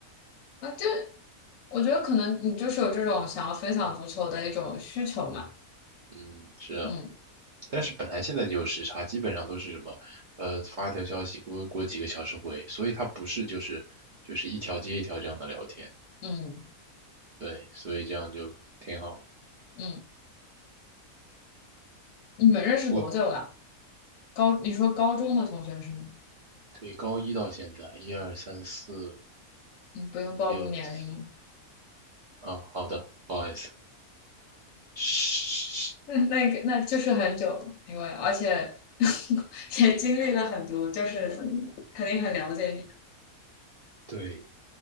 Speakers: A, on the left; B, on the right.
A: 啊，这我觉得可能你就是有这种想要分享足球的一种需求嘛。
B: 嗯，是啊。
A: 嗯
B: 但是本来现在就有时差，基本上都是什么，呃，发条消息过过几个小时回，所以他不是就是就是一条接一条这样的聊天。
A: 嗯
B: 对，所以这样就挺好。
A: 嗯，你们认识多久了？
B: 我
A: 高，你说高中的同学是吗？
B: 对高一到现在，一二三四
A: 你不用暴露年龄了，
B: 五六七啊，好的，不好意思，是，
A: <laughs> 那那个那就是很久了，因为而且 <laughs> 也经历了很多，就是肯定很了解你。
B: 对，